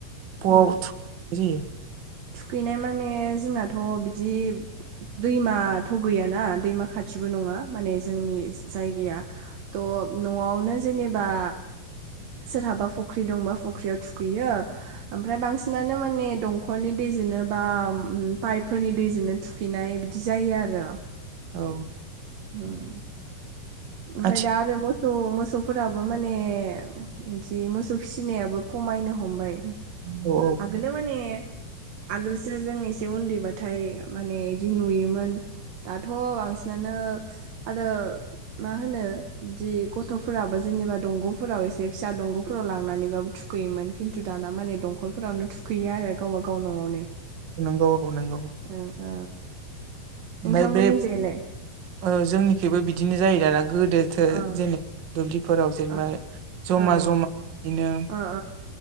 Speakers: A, on the right; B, on the right.
A: बआव
B: उम
A: थु- जायो?
B: थुखैनाय माने जोंनाथ' बिदि दैमाथ' गैयाना दैमा खाथिबो नङा माने जोंनि जायगाया त' न'आवनो जेनेबा सोरहाबा फख्रि दंबा फख्रियाव थुखैयो। ओमफ्राय बांसिनानो माने दंखलनि दैजोंनो बा पाइपफोरनि दैजोंनो थुख- खैनाय बिदि जायो आरो
A: औ
B: उम ओमफ्राय
A: आथिखाल
B: दा आरो ब त मोसौफोराबो माने इदि मोसौ फिनायाबो खमायनो हमबाय
A: अ औ
B: आगोलो माने आगोलसो जों एसे उन्दैबाथाय माने इदि नुयोमोन दाथ' बांसिनानो आरो मा होनो बिदि गथ'फोराबो जेनेबा दंग'फोरा एसे फिसा दंग'फोराव लांनानैबाबो थु- खैयोमोन खिन्थु दाना माने दंखलफोरावनो थुखैयो आरो गावबागाव न'आवनो
A: नोंगौ औ नोंगौ
B: ओ ओ नोंथांमोननि
A: ओमफाय बे
B: जायलाय
A: ओ जोंनिखिबो बिदिनो जायो दाना गोदोथो
B: ओ
A: जेने दुब्लिफोराव जेनेबा
B: ओ
A: जमा
B: ओ
A: जमा इनो
B: ओ